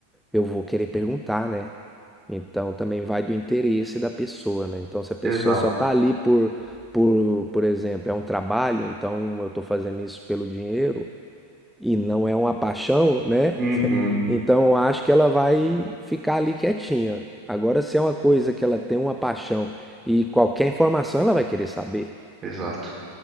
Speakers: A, in the centre; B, on the right.
A: eu vou querer perguntar, né? Então também vai do interesse da pessoa, né? Então se a pessoa
B: exato.
A: só tá ali por, por, por exemplo, é um trabalho, então eu tô fazendo isso pelo dinheiro e não é uma paixão, né?
B: Uhum,
A: Então, eu acho que ela vai ficar ali quietinha. Agora, se é uma coisa que ela tem uma paixão e qualquer informação ela vai querer saber.
B: exato.